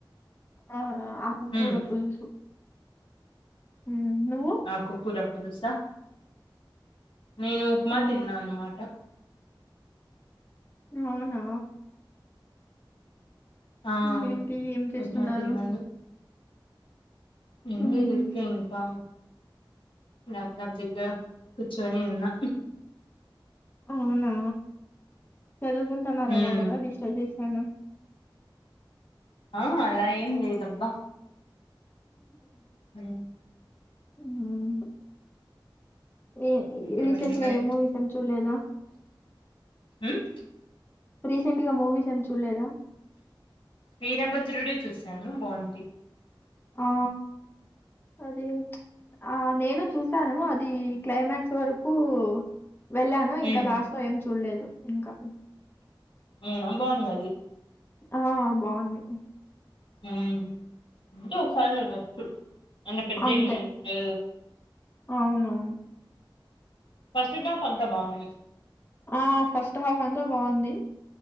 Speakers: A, on the left; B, on the left.
A: ఆ ఆకుకూర
B: ఉమ్
A: పులుసు మ్మ్ నువ్వు
B: ఆకుకూర పులుసా నేను ఉప్మా
A: ఆ
B: తిన్నా అన్నమాట
A: అవునా
B: ఆ
A: ఇంకేంటి ఏం చేస్తున్నారు
B: ఉప్మా తిన్నాను ఏం
A: మ్మ్
B: లేదు ఊరికే ఇంకా ల్యాప్టాప్ దగ్గర కూర్చుని ఉన్నా
A: అవునా చదువుకుంటున్నారేమో
B: ఉమ్
A: కదా డిస్టర్బ్ చేశాను
B: ఆ అలా ఏం లేదబ్బా మ్మ్
A: ఉమ్మ్ ఏ
B: ఇంకేమండి
A: రీసెంట్గా
B: మరి
A: ఏ మూవీస్ ఏం చులేదా
B: ఉమ్మ్
A: రీసెంట్గా మూవీస్ ఏం చూలేదా
B: వీరభద్రుడు చూశాను బాగుంది
A: ఆ అదే ఆ నేను చూసాను అది క్లైమాక్స్ వరకు వెళ్ళాను ఇంకా
B: ఉమ్
A: లాస్ట్లో ఏం చూలేదు ఇంకా
B: ఉమ్మ్ బాగుంది అది
A: ఆ బాగుంది
B: ఉమ్మ్ అంతే ఒకసారి చూడొచ్చు అంత పెద్ద
A: అంతే.
B: ఏం లేదు
A: అవునవును
B: ఫస్ట్ టప్ అంతా బాగుంది
A: ఆ ఫస్ట్ హాఫ్ అంతా బాగుంది